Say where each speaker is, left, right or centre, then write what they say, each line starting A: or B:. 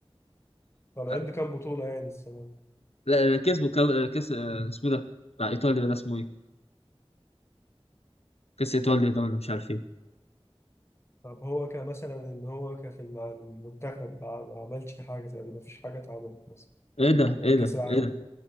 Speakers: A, on the left (about 25°); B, on the left (about 85°).
A: طالعين
B: آه،
A: بكام بطولة يعني السنة دي.
B: لا لا، كسبوا كا- كاس آه، اسمه ده بتاع ايطاليا ده اسمه ايه كاس ايطاليا ده ولا مش عارف ايه
A: طب هو كمثلا ان هو كفي مع المنتخب ما ما عملش حاجة تقريبا ما فيش حاجة اتعملت مثلا
B: ايه ده
A: غير
B: ايه
A: كاس
B: ده
A: العالم
B: ايه ده